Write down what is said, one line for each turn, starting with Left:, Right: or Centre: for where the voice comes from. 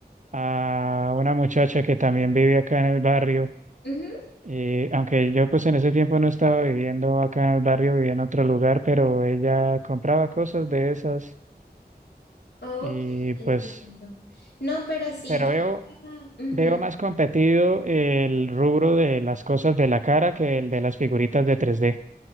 Right: a una muchacha que también vive acá en el barrio.
Left: Ujú.
Right: Y aunque yo pues en ese tiempo no estaba viviendo acá en el barrio, vivía en otro lugar, pero ella compraba cosas de esas
Left: Ok,
Right: y
Left: te
Right: pues,
Left: entiendo. No, pero sí,
Right: pero
Left: yo...
Right: veo,
Left: estaba- ujú.
Right: veo más competido el rubro de las cosas de la cara que el de las figuritas de 3D.